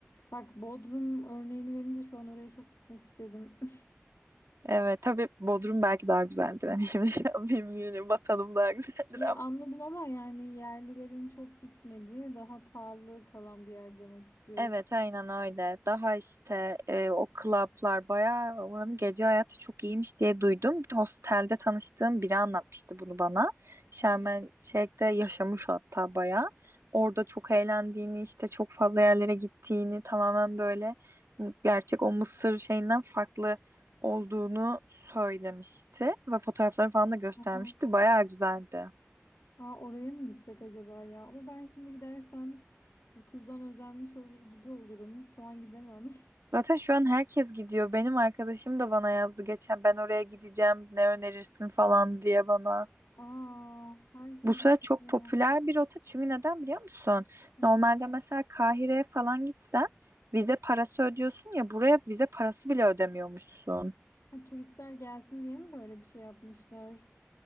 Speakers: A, on the left; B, on the right.
A: Bak Bodrum örneğini verince şu an oraya çok gitmek istedim. <laughs>
B: Evet tabii Bodrum belki daha güzeldir. Hani şimdi <laughs> şey yapmayayım, yine vatanım daha güzeldir
A: Ya anladım ama yani yerlilerin çok gitmediği daha pahalı kalan bir yer demek istiyoruz.
B: Evet aynen öyle. Daha işte e, o klaplar bayağı oranın gece hayatı çok iyiymiş diye duydum. Bir hostelde tanıştığım biri anlatmıştı bunu bana. Şarm
A: Hı.
B: El Şeyh'te yaşamış hatta bayağı. Orada çok eğlendiğini işte çok fazla yerlere gittiğini tamamen böyle gerçek o Mısır şeyinden farklı olduğunu söylemişti. Ve fotoğrafları falan da göstermişti.
A: Hı hı.
B: Bayağı güzeldi.
A: Aa, oraya mı gitsek acaba ya? Ama ben şimdi gidersem bu kızdan özenmiş olur gibi olurum. Şu an gidemem.
B: Zaten şu an herkes gidiyor. Benim arkadaşım da bana yazdı geçen ben oraya gideceğim ne önerirsin falan diye bana.
A: Aa, herkes
B: Bu sıra
A: gidiyor.
B: çok popüler bir rota çünkü neden biliyor musun?
A: Hı
B: Normalde
A: hı.
B: mesela Kahire'ye falan gitsen vize parası ödüyorsun ya buraya vize parası bile ödemiyormuşsun.
A: Ha, turistler gelsin diye mi böyle bir şey yapmışlar?